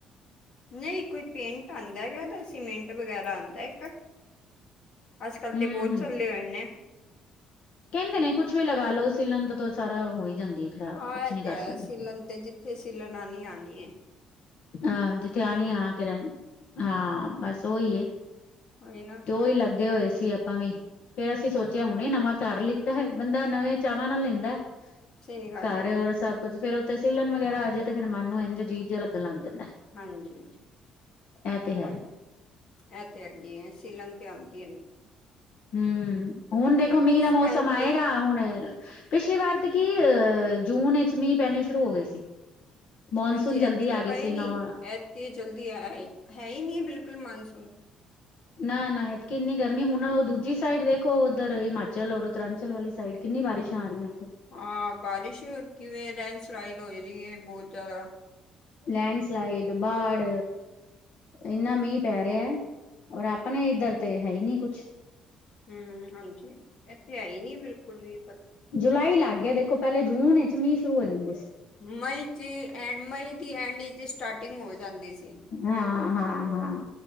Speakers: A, on the left; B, on the left.
A: ਨਹੀ ਕੋਈ ਪੇਂਟ ਆਉਂਦਾ ਹੇਗਾ ਸੀਮੈਂਟ ਵਗੈਰਾ ਆਉਂਦਾ ਇੱਕ, ਅੱਜ ਕਲ
B: ਹਮ
A: ਤੇ ਬਹੁਤ
B: ਹਮ
A: ਚੱਲੇ ਹੋਏ ਨੇ
B: ਕਹਿੰਦੇ ਨੇ ਕੁੱਛ ਵੀ ਲਗਾ ਲੋ, ਸੀਲਨ ਤੋਂ ਸਾਰਾ ਹੋ ਹੀ ਜਾਂਦੀ ਹੈ ਖ਼ਰਾਬ
A: ਹਾਂ
B: ਕੁਛ
A: ਇਹ
B: ਨੀ
A: ਤੇ
B: ਕਰ
A: ਹੈ
B: ਸਕਦੇ
A: ਸੀਲਣ ਤੇ ਜਿੱਥੇ ਸੀਲਣ ਆਨੀ ਆਨੀ ੲ
B: ਹਾਂ ਜਿੱਥੇ ਆਨੀ ਆ ਕੇ ਰਹਿ ਹਾਂ ਬਸ ਉਹੀ ੲ
A: ਏ ਨਾ
B: ਦੌ ਹੀ ਲੱਗੇ ਹੋਏ ਸੀ ਆਪਾਂ ਵੀ ਫੇਰ ਅਸੀ ਸੋਚਿਆ ਹੁਣੇ ਨਵਾਂ ਘਰ ਲਿੱਤਾ ਹੈ, ਬੰਦਾ ਨਵੇਂ ਚਾਵਾਂ ਨਾਲ ਲੈਂਦਾ
A: ਸਹੀ ਗੱਲ
B: ਘਰ
A: ਹੈਗੇ
B: ਹੋਰ ਸਭ ਕੁੱਛ ਫੇਰ ਉੱਥੇ ਸੀਲਣ ਵਗੈਰਾ ਆ ਜਾਏ, ਤੇ ਫੇਿਰ ਮਨ ਨੂੰ ਇੰਝ ਅਜੀਬ ਜਿਹਾ ਲੱਗਣ ਲੱਗ ਜਾਂਦਾ
A: ਹਾਂਜੀ
B: ਇਹ ਤੇ ਹੈ
A: ਉਹ ਤਾਂ ਇਹ ਤੇ ਹੈਗੀ ਐ ਸੀਲੰਗ ਤੇ ਆਉਂਦੀ ਹੈ ਨ
B: ਹਮ ਹੁਨ ਦੇਖੋ ਮੀਂਹ
A: ਕੀ ਸਮੈਲ
B: ਦਾ ਮੌਸਮ ਆਏਗਾ
A: ਪੂ
B: ਹੁਣ ਪਿਛਲੀ ਵਾਰ ਤੇ ਕੀ, ਅਹ ਜੂਨ ਵਿੱਚ ਮੀਂਹ ਪੇਣੇ ਸ਼ੁਰੂ ਹੋ ਗਏ ਸੀ ਮੌਨਸੂਨ
A: ਹਾਂਜੀ ੲੈਤਕੀ
B: ਜਲਦੀ
A: ਤੇ
B: ਆ ਗਈ
A: ਪਏ
B: ਸੀ
A: ਨਹੀਂ
B: ਨੌ
A: ਇਥ ਜਲਦੀ ਆ ਹੈ ਹੀ ਨਹੀ ਬਿਲਕੁਲ ਮਾਨਸੂਨ
B: ਨਾ- ਨਾ ੲਤਕੀ ਇੰਨੀ ਗਰਮੀ ਹੁਣ ਦੂਜੀ ਸਾਈਡ ਦੇਖੋ ਉੱਧਰ ਹਿਮਾਚਲ ਔਰ ਉੱਤਰਾਂਚਲ ਵਾਲੀ ਸਾਈਡ ਕਿੰਨੀ ਬਾਰਿਸ਼ਾਂ ਆ ਰਹੀਆਂ ੳਥੇ
A: ਹਾਂ ਬਾਰਿਸ਼ ਕਿਵੇਂ ਲੈਂਡਸਲਾਈਡ ਹੋ ਰਹੀ ਹੈ ਬਹੁਤ ਜ਼ਿਆਦਾ
B: ਲੈਂਡ ਸਲਈਡ ਬਾਡ ਇੰਨਾ ਮੀਂਹ ਪੈ ਰਿਹਾ ਔਰ ਆਪਣੇ ਇੱਧਰ ਤੇ ਹੈ ਹੀ ਨੀ ਕੁਛ
A: ਹਮ ਹਾਂਜੀ, ਇੱਥੇ ਹੈ ਹੀ ਨਹੀ ਬਿਲਕੁਲ ਵੀ ਪਰ
B: ਜੁਲਾਈ ਲੱਗ ਗਿਆ ਦੇਖੋ, ਪਹਿਲੇ ਜੂਨ ਵਿੱਚ ਮੀਂਹ ਸ਼ੁਰੂ ਹੋ ਜਾਂਦੇ ਸੀ
A: ਮਈ ਚ ਐ ਮਈ ਦੀ ਐਂਡ ਇਚ ਸਟਾਰਟਿੰਗ ਹੋ ਜਾਂਦੀ ਸੀ
B: ਹਾਂ- ਹਾਂ -ਹਾਂ